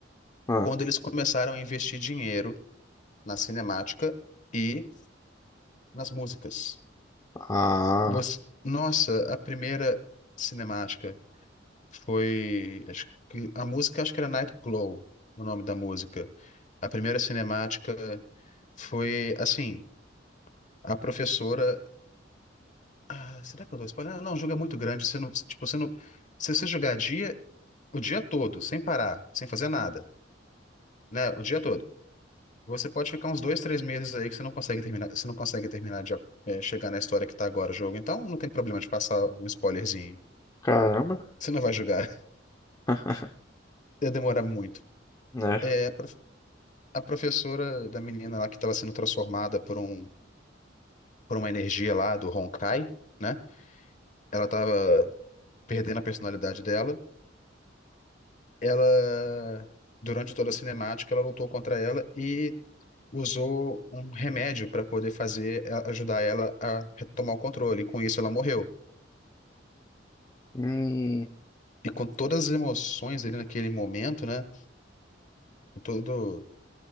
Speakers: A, on the left; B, on the left.
A: ah,
B: quando eles começaram a investir dinheiro na cinemática e nas músicas.
A: ah.
B: Você... Nossa, a primeira cinemática foi. acho que- A música acho que era Night Glow, o nome da música. A primeira cinemática. Foi assim, a professora. Ah, será que eu tô spoiler? Não, o jogo é muito grande. Você não, tipo, você não, se você jogar dia, o dia todo, sem parar, sem fazer nada, né? O dia todo. Você pode ficar uns dois, três meses aí que você não consegue terminar, você não consegue terminar de eh, chegar na história que tá agora o jogo. Então não tem problema de passar um spoilerzinho.
A: Caramba.
B: Você não vai jogar. <laughs>
A: <laughs>
B: Ia demorar muito.
A: Né?
B: É, a prof- a professora da menina lá que estava sendo transformada por um, por uma energia lá do Honkai, né? Ela tava perdendo a personalidade dela ela, durante toda a cinemática, ela lutou contra ela e usou um remédio para poder fazer, a- ajudar ela a retomar o controle. E com isso ela morreu.
A: Hum,
B: E com todas as emoções ali naquele momento, né? Todo,